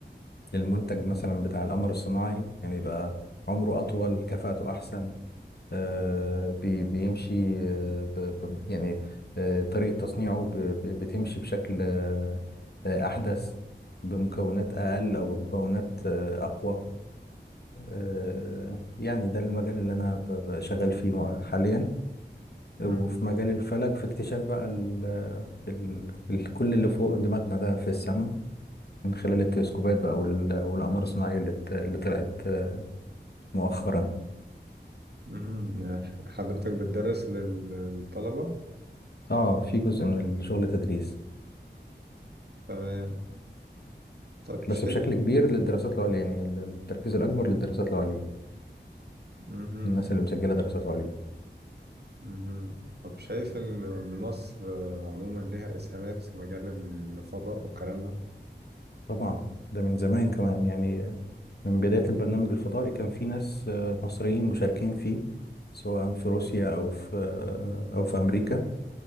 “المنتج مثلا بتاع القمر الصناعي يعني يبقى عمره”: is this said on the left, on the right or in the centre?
Left